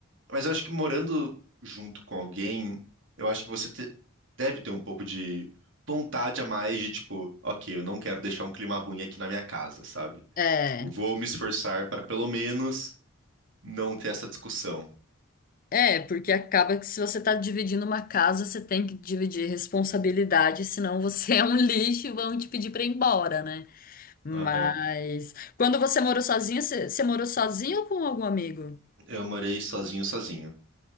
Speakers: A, on the right; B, on the left.
A: mas eu acho que morando junto com alguém, eu acho que você te- deve ter um pouco de vontade a mais de tipo, ok, eu não quero deixar um clima ruim aqui na minha casa, sabe?
B: É.
A: Tipo, vou me esforçar para pelo menos não ter essa discussão.
B: É, porque acaba que se você tá dividindo uma casa, você tem que dividir responsabilidade, senão você <laughs> é um lixo e vão te pedir pra ir embora, né? Mas
A: Aham.
B: quando você morou sozinha, você, você morou sozinha ou com algum amigo?
A: Eu morei sozinho, sozinho.